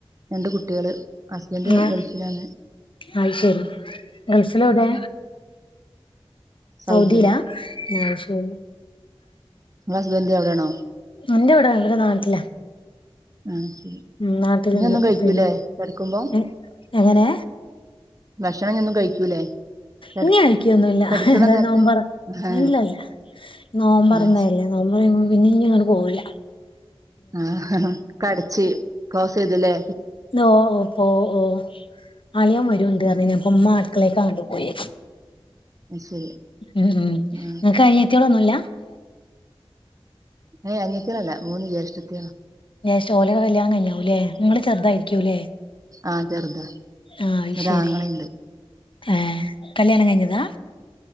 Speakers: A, on the right (about 35°); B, on the left (about 60°).
A: രണ്ട് കുട്ടികള് ഹസ്ബൻഡ്
B: ആഹ്
A: ഗൾഫിലാണ്
B: അത് ശരി ഗൾഫിലെവിടെയ
A: ഉം, സൗദിയിലാ
B: സൗദിലാ അത് ശരി
A: ഇങ്ങള ഹസ്ബന്ഡ് അവിടെണോ
B: എന്റെറെ ഇവിടെ ഇവിടെ നാട്ടിലെ
A: ആഹ് ശരി
B: ഉം നാട്ടിലിണ്ട്
A: ഇഞ്ഞി ഒന്നും
B: <unintelligible>
A: കഴിക്കൂലേ
B: പിന്നെ
A: കെടക്കുമ്പോ
B: എങ്ങനെ
A: ഭക്ഷണം ഇഞൊന്നും കഴിക്കൂലേ കെട
B: ഇനി കയിക്കൊന്നുല്ല
A: കെടക്ക്ണ
B: ഏതായാലും
A: നേരത്ത്
B: നോമ്പർ
A: ആഹ്
B: ഇല്ലല്ല നോമ്പർന്നല്ലേ
A: ആഹ്
B: നമ്മ പിന്നെ ഇനി ഇങ്ങോട്ട പോയില്ല
A: ആ കടച്ച് കോസ ഇതില്ലേ
B: ഓ ഓ പോ ഓ അണിയൻ വരുണ്ട്
A: ഉം
B: അതിനൊപ്പം ഉമ്മ മക്കളെണ്ടുപയി
A: അത് ശരി.
B: ഉം ഉം നിങ്ങക്ക്
A: ആ.
B: അനിയത്തികൾ ഒന്നുമില്ല? <unintelligible>
A: ഏയ് അങ്ങത്തിരല്ലേ മൂന്ന് ജേഷത്തികളാ-
B: സ്റ്റോലെ കല്യാണം കഴിഞ്ഞാവൂല്ലെ നിങ്ങള്ൾ ചെറുതായിരിക്കുംല്ലേ
A: ആഹ് ചെറുതാ
B: ആഹ
A: ഒരാങ്ങളയുണ്ട്.
B: ശരി
A: ഉം.
B: ആഏ കല്യാണം കഴിഞ്ഞതാ